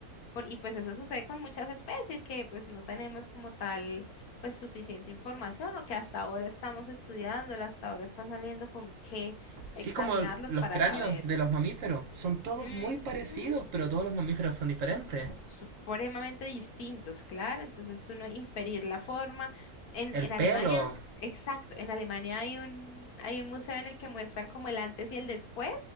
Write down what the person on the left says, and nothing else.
Por- y pues eso sucede con muchas especies que pues no tenemos como tal pues suficiente información o que hasta ahora estamos estudiando, hasta ahora están saliendo con qué
examinarlos
para
saber.
Ujú.
Son supremamente distintos, claro. Entonces uno inferir la forma. En,
en
Alemania, exacto, en Alemania hay un, hay un museo en el que muestran como el antes y el después